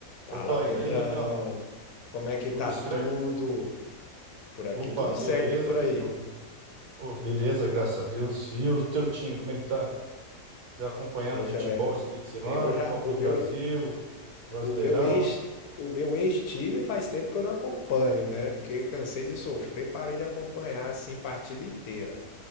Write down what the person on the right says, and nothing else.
Opa,
e daí, amigão?
Tudo
certo?
Opa,
beleza,
amigão.
Ô, beleza, graças a Deus. E o teu time, como é que tá? Tá acompanhando
o futebol
esse meio de semana?
Copa
do
Brasil, Brasileirão?